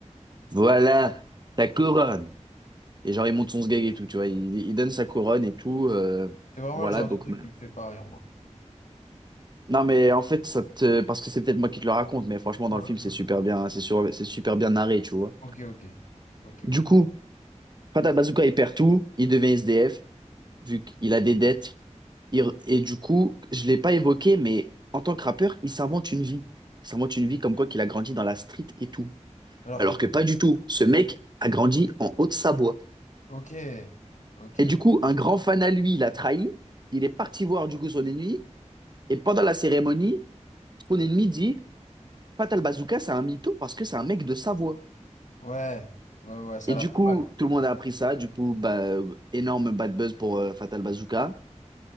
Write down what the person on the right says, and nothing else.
Voilà ta couronne. Et genre, il monte son sgeg et tout, tu vois. Il, il donne sa couronne et tout. euh,
voilà,
donc.
mais-
Non, mais en fait, ça te, parce que c'est peut-être moi qui te le raconte, mais franchement, dans
le film,
c'est super bien, hein, c'est sur- c'est super bien narré, tu vois.
Du
coup, Fatal Bazooka, il perd tout. Il devient SDF, vu qu'il a des dettes. Il re- Et du coup, je l'ai pas évoqué, mais en tant que rappeur, il s'invente une vie. Il s'invente une vie comme quoi qu'il a grandi dans la street et tout.
Alors
que pas du tout. Ce mec a grandi en Haute-Savoie.
Et du
coup, un grand fan à lui l'a trahi. Il est parti voir du coup son ennemi. Et pendant la cérémonie, son ennemi dit, Fatal Bazooka, c'est un mytho parce que c'est un mec de Savoie.
Et
du
coup,
tout le monde a appris ça. Du coup, bah, euh, énorme bad buzz pour euh, Fatal Bazooka.